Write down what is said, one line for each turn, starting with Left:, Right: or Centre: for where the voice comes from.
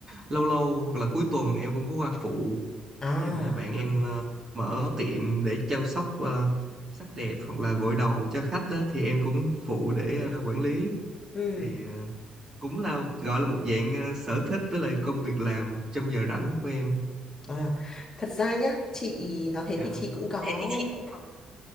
Right: lâu lâu hoặc là cuối tuần em cũng có qua phụ
Left: à
Right: ví dụ như bạn em ờ, mở tiệm để chăm sóc ờ, sắc đẹp hoặc là gội đầu cho khách á thì em cũng phụ để ờ, quản lý
Left: ừ
Right: thì ờ, cũng là gọi là một dạng ờ, sở thích với lại công việc làm trong giờ rảnh của em
Left: À, thật ra nhá chị nói thế
Right: dạ
Left: thì chị cũng có
Right: Đó, thế thì chị cũng có